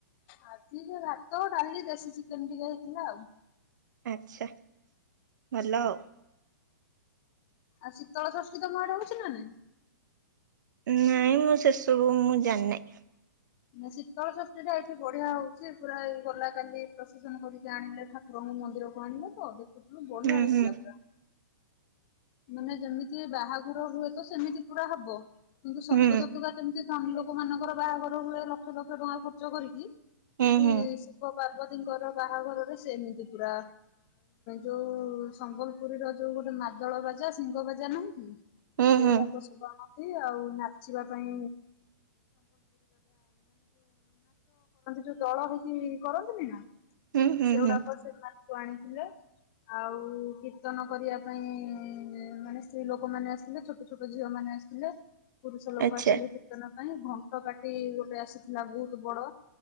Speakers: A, on the left; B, on the right.
A: ଆଜି ଏ ଭାତ, ଡାଲି, ଦେସିଚିକେନ ଟିକେ ହେଇଥିଲା ଆଉ।
B: ଆଚ୍ଛା ଭଲ ଆଉ।
A: ଆଉ ଶୀତଳଷଷ୍ଠୀ ତମ ଆଡେ ହୋଉଚି ନା ନାଇଁ?
B: ନାଇଁ ମୁଁ ସେସବୁ ମୁଁ ଜାଣିନାଇ।
A: ଶୀତଳଷଷ୍ଠୀଟା ଏଇଠି ବଢ଼ିଆ ହୋଉଚି ପୁରା ଏଇ ଗଲା କାଲି ପ୍ରଶେସନ କରିକି ଆଣିଲେ ଠାକୁରଙ୍କୁ ମନ୍ଦିରକୁ ଆଣିଲେ ତ ଦେଖୁଥିଲୁ ବଢିଆ
B: ହୁଁ
A: ହେଇଥିଲା
B: ହୁଁ
A: ପୁରା। ମାନେ ଯେମିତି ବାହାଘର ହୁଏ ତ ସେମିତି ପୁରା ହବ କିନ୍ତୁ ସତସତୁକା
B: ହୁଁ
A: ଯେମିତି ଧନୀ ଲୋକ ମାନଙ୍କର ବାହାଘର ହୁଏ ଲକ୍ଷ ଲକ୍ଷ ଟଙ୍କା ଖର୍ଚ୍ଚ କରିକି
B: ହୁଁ
A: ଏଠି
B: ହୁଁ
A: ଶିବ ପାର୍ବତୀ ଙ୍କର ବାହାଘରରେ ସେମିତି ପୁରା ଯୋଉ ସମ୍ବଲପୁରୀର ଯୋଉ ଗୋଟେ ମାଦଳ ବାଜା ସିଙ୍ଗ ବାଜା ନାହିଁ କି
B: ହୁଁ
A: ସେଗୁଡ଼ାକ
B: ହୁଁ
A: ଶୁ ଆଉ ନାଚିବା ପାଇଁ ଯୋଉ ଦଳ ହେଇକି କରନ୍ତିନି ନା
B: ହୁଁ ହୁଁ
A: ସେଗୁଡ଼ାକ
B: ହୁଁ
A: ସେମାନଙ୍କୁ ଆଣିଥିଲେ ଆଉ କୀର୍ତ୍ତନ କରିବା ପାଇଁ ମାନେ ସ୍ତ୍ରୀ ଲୋକମାନେେ ଆସିଥିଲେ ଛୋଟ ଛୋଟ ଝିଅମାନେ ଆସିଥିଲେ ପୁରୁଷଲୋକ
B: ଆଚ୍ଛା
A: ଆସିଥିଲେ କୀର୍ତ୍ତନ ପାଇଁ ଘଣ୍ଟ ପାର୍ଟି ଗୋଟେ ଆସିଥିଲା ବହୁତ ବଡ଼